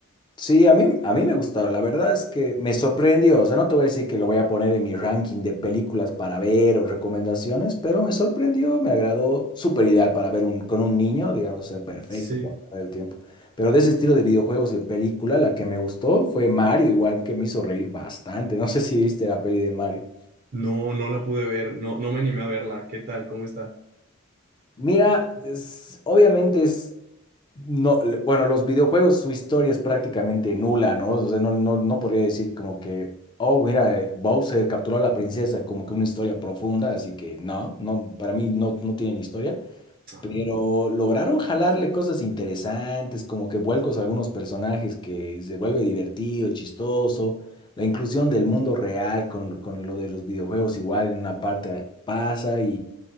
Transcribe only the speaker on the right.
Sí.
No, no la pude ver, no, no me animé a verla. ¿Qué tal? ¿Cómo está?
Ajá.